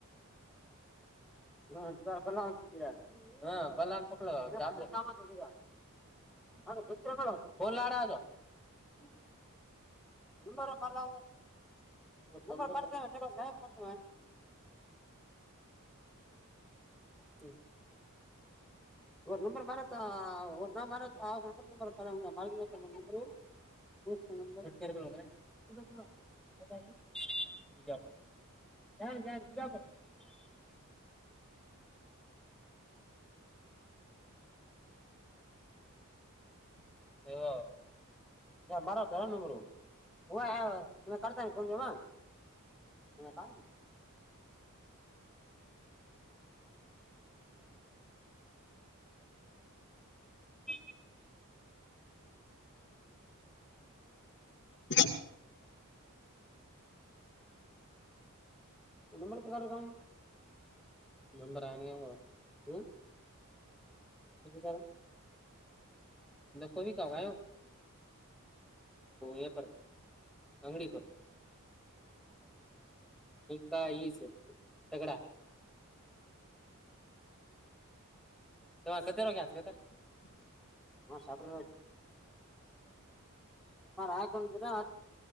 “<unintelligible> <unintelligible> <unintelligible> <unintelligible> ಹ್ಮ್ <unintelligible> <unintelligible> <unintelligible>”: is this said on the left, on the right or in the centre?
Centre